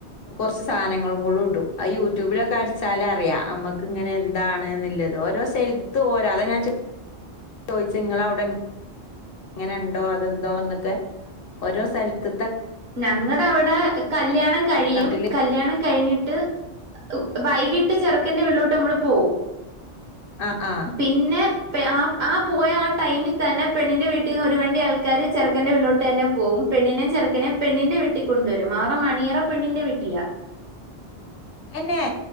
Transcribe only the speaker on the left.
കൊറച്ച് സാനങ്ങളും ങ് ഇടും അത് യൂട്യൂബിലൊക്കെ അടിച്ചാലറിയാ അമ്മക്ക്ങ്ങനെ എന്താണ്ന്ന്ള്ളത് ഓരോ സെൽത്തും ഓരാ അത് ഞാൻ ചോ ചോയിച്ചെ ങ്ങള വിടെ എങ്ങനെ ഉണ്ടോ അതെന്തോന്നൊക്കെ ഓരോ സ്ഥലത്ത്
നാട്ടില്
ആ ആ
എന്നെ